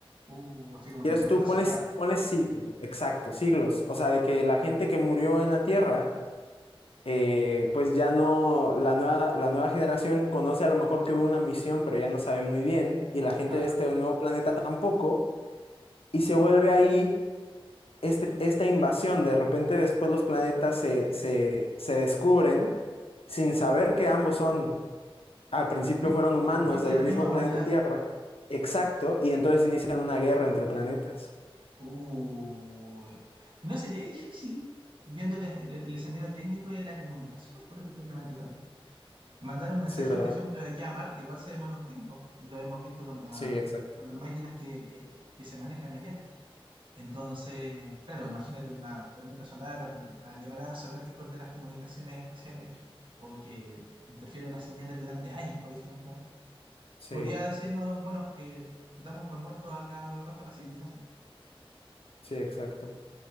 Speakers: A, on the right; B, on the left.
A: Uh, así como una
B: Quieres
A: tormenta
B: tú,
A: solar.
B: pones, pones siglos, exacto, siglos. O sea, de que la gente que murió en la Tierra, eh, pues ya no, la nueva, la nueva generación conoce a lo mejor que hubo una misión, pero ya no sabe muy bien, y la gente
A: Claro.
B: de este nuevo planeta tampoco, y se vuelve ahí este- esta invasión, de repente después los planetas se, se, se descubren sin saber que ambos son, al principio
A: Mi-
B: fueron humanos
A: pa- Parte
B: del
A: de la
B: mismo
A: misma humanidad.
B: planeta Tierra, exacto, y entonces inician una guerra entre planetas.
A: Uy. no sería difícil, viéndoles el, el escenario técnico y la comunicación pro- propiamente tal. Mandar un mensaje,
B: Sí, ¿verdad?
A: por ejemplo, de aquí a Marte, igual se demora un tiempo. Lo hemos visto con la-
B: Sí, exacto.
A: con las máquinas que, que- que- que se manejan allá. Entonces, claro, imagínate una tormenta solar, una llamarada solar que corte las comunicaciones espaciales o que interfiera las señales durante años, por ejemplo.
B: Sí,
A: Podría decirnos, bueno, eh, damos por muerto acá el resto de la civilización.
B: sí, exacto.